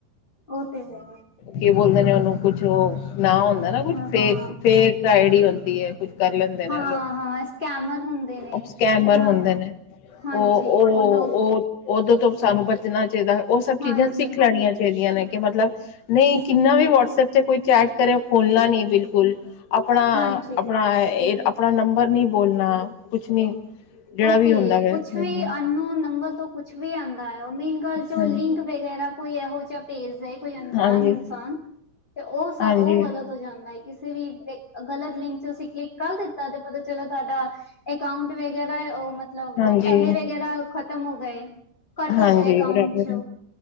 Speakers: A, on the left (about 15°); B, on the left (about 75°).
A: ਉਹ ਤੇ ਹੈ।
B: ਕੀ ਬੋਲਦੇ ਨੇ ਉਹਨੂੰ ਕੁਛ ਉਹ ਨ ਹੁੰਦਾ ਨਾ ਕੁਛ
A: ਹਾਂ
B: ਫੇਕ
A: ਹਾਂ
B: -ਫੇਕ ਆਈਡੀ ਹੁੰਦੀ ਐ। ਕੁਛ ਕਰ ਲੈਂਦੇ ਨੇ ਉਹ
A: ਹਾਂ
B: ਲੋਕ,
A: ਹਾਂ ਸਕੈਮਰ ਹੁੰਦੇ ਨੇ
B: <inaudible> ਸਕੈਮਰ
A: ਹਨਾ
B: ਹੁੰਦੇ ਨੇ।
A: ਹਾਂਜੀ
B: ਉਹ -ਉਹ
A: ਲੋਕ
B: ਉਦੋਂ ਤੋਂ ਸਾਨੂੰ ਬਚਣਾ ਚਾਹੀਦਾ। ਉਹ ਸਭ
A: ਹਾਂਜੀ
B: ਚੀਜ਼ਾਂ ਸਿੱਖ ਲੈਣੀਆਂ ਚਾਹੀਦੀਆਂ ਨੇ। ਕਿ ਮਤਲਬ ਨਹੀਂ ਕਿੰਨਾ ਵੀ ਵਟਸਐਪ ਤੇ ਕੋਈ ਚੈਟ ਕਰੇ ਖੋਲਣਾ ਨਹੀਂ ਬਿਲਕੁਲ। ਆਪਣਾ
A: ਹਾਂਜੀ
B: -ਆਪਣਾ ਐ ਆਪਣਾ ਨੰਬਰ ਨੀ ਬੋਲਣਾ ਕੁਛ ਨੀ। ਜਿਹੜਾ
A: ਉਹ
B: ਵੀ
A: ਤੇ
B: ਹੁੰਦਾ ਵੈ
A: ਕੁਛ ਵੀ
B: ਹਾਂਜੀ
A: ਅਨਨੋਨ ਨੰਬਰ ਤੋਂ ਕੁਛ ਵੀ ਆਂਦਾ ਐ। ਉਹ ਮੇਨ ਗੱਲ ਜੋ
B: ਹਾਂਜੀ
A: ਲਿੰਕ ਵਗੈਰਾ ਕੋਈ ਇਹੋ ਜਿਹਾ ਭੇਜਦਾ ਕੋਈ ਅਣਜਾਣ
B: ਹਾਂਜੀ
A: ਇਨਸਾਨ ਤੇ ਉਹ
B: ਹਾਂਜੀ
A: ਉਹ ਗਲਤ ਹੋ ਜਾਂਦਾ ਐ। ਕਿ ਵੀ ਗਲਤ ਲਿੰਕ 'ਚ' ਅਸੀਂ ਕਲਿੱਕ ਕਰ ਦਿੱਤਾ ਤੇ ਪਤਾ ਚੱਲਾ ਤੁਹਾਡਾ ਅਕਾਊਂਟ ਵ ਜਹਦਾ ਉਹ ਮਤ ਮਤਲਬ
B: ਹਾਂਜੀ
A: ਪੈਸੇ ਵਗੈਰਾ ਖ਼ਤਮ ਹੋ ਗਏ ਕੱਟ
B: ਹਾਂਜੀ
A: ਹੋ ਗਏ ਅਕਾਊਂਟ
B: ਬਰਾਬਰ
A: 'ਚ'